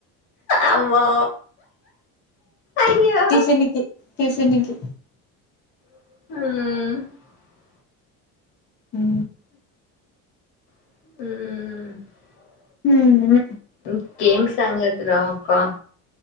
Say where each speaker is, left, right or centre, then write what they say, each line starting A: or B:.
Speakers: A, on the left; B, on the left.
A: అమ్మో అయ్యో
B: టిఫిన్కి టిఫిన్కి
A: మ్
B: హ్
A: మ్
B: హ్మ్
A: ఇంకేం సంగతులు అక్కా